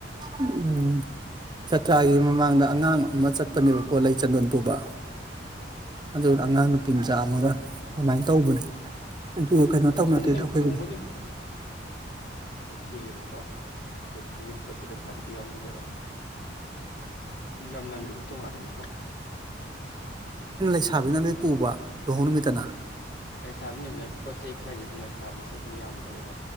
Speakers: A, on the right; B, on the left.
A: ꯎꯝ ꯆꯇ꯭ꯔꯥꯒꯤ ꯃꯃꯥꯡꯗ ꯑꯉꯥꯡ ꯑꯃ ꯆꯠꯄꯅꯦꯕꯀꯣ ꯂꯩ ꯆꯟꯗꯣꯟ ꯄꯨꯕ ꯑꯗꯨ ꯑꯉꯥꯡ
B: ꯎꯝ
A: ꯅꯨꯄꯤ ꯃꯆꯥ ꯑꯃꯒ ꯑꯗꯨꯃꯥꯏꯅ ꯇꯧꯕꯅꯦ ꯑꯗꯨꯒ ꯀꯩꯅꯣ
B: ꯂꯨꯍꯣꯡꯕ
A: ꯇꯧꯅꯗꯦꯗ
B: ꯅꯨꯃꯤꯠ
A: ꯑꯩꯈꯣꯏꯒꯤꯗꯤ
B: ꯂꯨꯍꯣꯡꯕ ꯄꯨꯨꯏꯑꯕꯀꯣ ꯑꯗꯨꯒ ꯍꯥꯏꯖꯡ ꯄꯣꯠꯇꯤ ꯂꯩꯁꯥ ꯑꯇ ꯌꯥꯎꯅꯗꯦꯕ ꯥꯂꯝ ꯂꯝꯒꯤ ꯑꯗꯨꯝ ꯇꯣꯉꯥꯜꯂꯤꯅꯀꯣ
A: ꯏꯁꯥꯕꯤꯅ ꯂꯣꯏ ꯄꯨꯕ ꯂꯨꯍꯣꯡ ꯅꯨꯃꯤꯠꯇꯅ
B: ꯂꯩꯁꯥꯕꯤꯅꯦꯕꯅ ꯄꯣꯠ ꯆꯩ ꯈꯔꯗꯤ ꯑꯗꯨꯝ ꯂꯩꯁꯥꯕꯤꯁꯦ ꯑꯗꯨꯝ ꯌꯥꯝꯗꯕꯗ